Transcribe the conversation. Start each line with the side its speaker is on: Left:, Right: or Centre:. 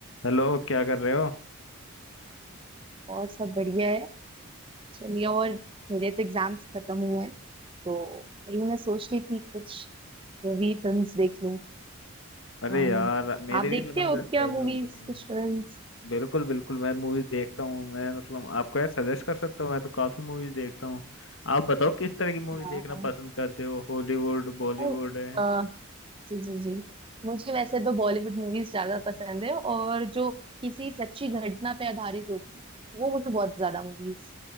Left: हेलो क्या कर रहे हो
Right: और सब बढ़िया है चलिए और मेरे तो एग्जाम्स खत्म हुए हैं तो वही मैं सोच रही थी कुछ मूवी फिल्म्स देख लूं
Left: अरे
Right: हाँ
Left: यार मेरे
Right: आप देखते
Left: भी मतलब
Right: हो
Left: जस्ट
Right: क्या
Left: एग्जाम
Right: मूवीज
Left: खत्म हुए।
Right: कुछ फिल्म्स
Left: बिल्कुल बिल्कुल मैं मूवीज देखता हूँ मैं मतलब आपको यार सजेस्ट कर सकता हूँ मैं तो काफी मूवीज देखता हूँ आप बताओ किस तरह की मूवी
Right: हाँ
Left: देखना पसंद करते हो हॉलीवुड बॉलीवुड
Right: तो,
Left: है
Right: अ, जी जी जी मुझे वैसे तो बॉलीवुड मूवीज ज्यादा पसंद है और जो किसी सच्ची घटना पे आधारित होती है वो मुझे बहुत ज्यादा मूवीज